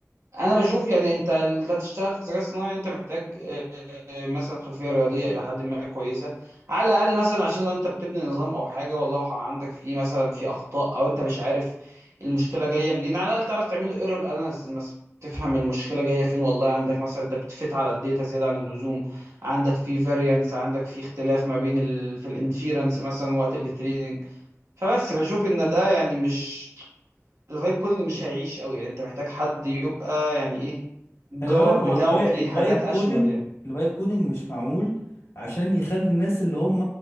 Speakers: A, on the right (about 65°); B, on the left (about 65°).
A: انا بشوف يعني انت اللي هتشتغل في الذكاء الصناعي انت محتاج آه، آه، مثلا خلفيه رياضيه الى حد ما كويسه على الاقل مثلا عشان لو انت بتبني نظام او حاجه والله عندك فيه مثلا في اخطاء او انت مش عارف المشكله جايه منين على الاقل تعرف تعمل له ايرور اناليسيس مثلا تفهم المشكله جايه فين والله عندك مثلا انت بتفت على الداتا زياده عن اللزوم عندك في فاريانس عندك في اختلاف ما بين ال... في الانفيرنس مثلا وقت التريدنج فبس بشوف ان ده يعني مش الفايب كودنج مش هيعيش قوي يعني انت محتاج حد يبقى يعني ايه الجوهر
B: خلي بالك هو
A: بتاعه
B: الفاي...
A: فيه
B: الفايب
A: حاجات
B: كودنج
A: اشمل يعني
B: الفايب كودنج مش معمول عشان يخلي الناس اللي هم